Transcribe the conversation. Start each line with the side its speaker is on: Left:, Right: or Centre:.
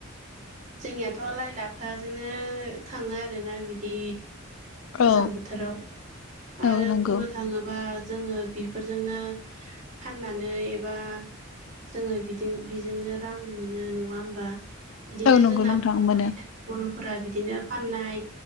Right: जोंनियाथ' लाइ ला -फाजोंनो थाङो आरोना बिदि।
Left: औ
Right: गोजां बोथोराव आरो
Left: औ नंगौ
Right: बुंनो थाङोबा। जोङो बेफोरजोंनो फाननानै एबा जोङो। बेजोंनो रां मोनो नङा होनबा बिदिनो
Left: औ नंगौ
Right: जोंना
Left: नोंथां
Right: बर'फोरनि
Left: मोनो
Right: बर' फोरा बिदिनो फाननाय